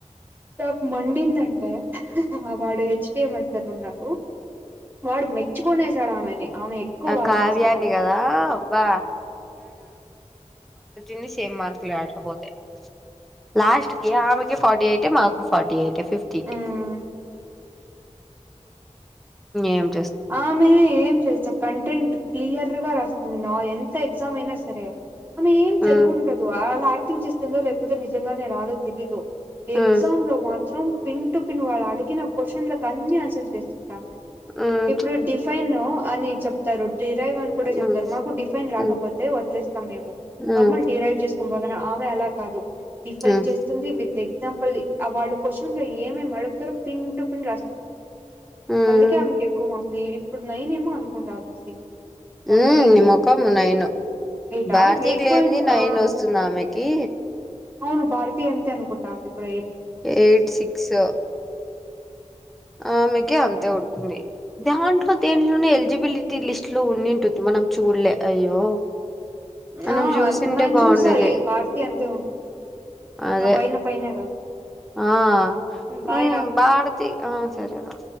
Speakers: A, on the right; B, in the centre.
A: నాకు మండిందంటే వాడు హెచ్డఎంఎ సార్ ఉన్నాడు వాడుకి మెచ్చుకునేసాడు ఆమెని ఆమె ఎక్కువ బాగ
B: కావ్యాని
A: రాసి
B: కదా అబ్బా న్ని సేమ్ మార్క్లు ఆట పోతే <unintelligible> లాస్ట్ కి ఆమెక ఫార్టీ ఎయిట్ యే మాకు ఫార్టీ ఎయిట్ యే ఫిఫ్టీకి
A: ఉమ్
B: ఏమ్
A: ఆమె ఏం చేసా కంటెంట్ క్లియర్ గా రాస్తుంది నా ఎంత ఎగ్జామ్ అయినా సరే ఆమె ఏం చదువు
B: ఉమ్
A: ఉండదు అలా యాక్టింగ్ చేస్తుందో లేకపోతే నిజంగానే రాదో తెలీదు ఎగ్జామ్
B: ఉమ్
A: లో మాత్రం పింటు పిన్ వాళ్ళు అడిగిన క్వశ్చన్లలకు అన్ని ఆన్సర్ చేస్తుంటామె
B: ఉం
A: ఇప్పుడు డిఫైన్ అని చెప్తారు డిరైవ్ అని కూడా చెప్తారు
B: ఉమ్
A: మాకు డిఫైన్ రాకపోతే
B: ఉమ్
A: వదిలేస్తాం మేము
B: ఉమ్
A: నార్మల్ డిరైవ్ చేసుకుని ఆమె అలా కాదు డిఫైన్
B: ఉమ్
A: చేస్తుంది విత్ ఎగ్జాంపుల్ వాళ్ళు క్వశ్చన్ లో ఏమేమి అడుగుతారో పిన్ టు పిన్ రాస్తు
B: ఉమ్
A: అందుకే ఆమెకు ఎక్కువ మాసీ ఇప్పుడు నైనే ఏమో అనుకుంటా మేసజ <unintelligible> ముందు
B: ఉమ్
A: నుంచి
B: నీ మొఖం నైన్
A: ఎయిటా
B: భారతికి
A: ఎయిట్
B: లేనిది
A: పాయింట్
B: నైన్
A: ఆ
B: వస్తుంది ఆమెకి
A: అవును భారతీ అంతే అనుకుంటాము ఇప్పుడు
B: ఎయిట్ సిక్స్ ఆమెకి అంతే ఉంటుంది దాంట్లో దేంట్లోనే ఎలిజిబిలిటీ లిస్ట్ లో ఉండింటుంది మనం చూడలే అయ్యో మనం
A: ఆ
B: చూసింటే
A: నేను
B: బాగుండేది
A: చూసా ఏ భారతి అంతే ఉంది
B: అదే
A: నా పైన పైనేగా
B: ఆ
A: బాయ్
B: ఉం
A: రా
B: భారతి ఆ సరే రా